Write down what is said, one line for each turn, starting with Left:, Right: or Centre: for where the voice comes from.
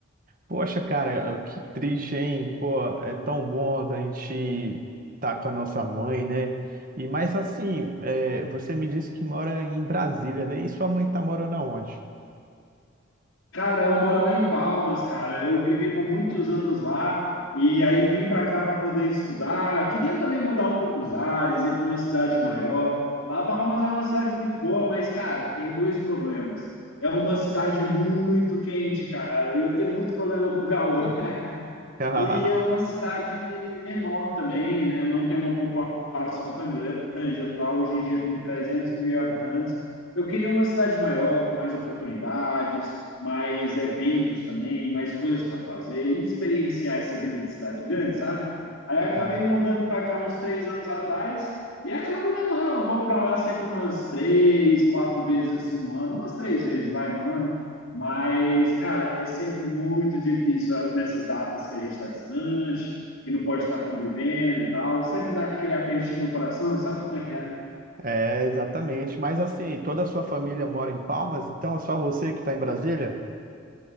Right: Poxa, cara, que triste, hein? Pô, é tão bom a gente estar com a nossa mãe, né? E mais assim, é, você me disse que mora em Brasília, né? E sua mãe tá morando aonde?
Left: Cara, ela mora lá em Palmas, cara. Eu vivi por muitos anos lá e aí vim para cá para poder estudar. Queria também mudar um pouco os ares, ir para uma cidade maior. Lá, Palmas é uma cidade muito boa, mas, cara, tem dois problemas. É uma cidade muito quente, cara, e eu tenho muito problema com calor.
Right: <laughs>
Left: e é uma cidade menor também, né? Não tem uma população tão grande. Lá hoje em dia tem 300 mil habitantes. Eu queria uma cidade maior, com mais oportunidades, mais eventos também, mais coisas para fazer e experienciar essa vida de cidade grande, sabe? Aí eu acabei
Right: Sim.
Left: mudando para cá uns três anos atrás e acabo vendo ela. Eu vou para lá sempre umas três, quatro vezes assim no ano, umas três vezes vai no ano. Mas, cara, é sempre muito difícil ah, nessas datas que a gente está distante, que não pode estar convivendo e tal. Sempre dá aquele apertinho no coração, sabe como é que é, né?
Right: É, exatamente. Mas assim, toda a sua família mora em Palmas, então é só você que está em Brasília?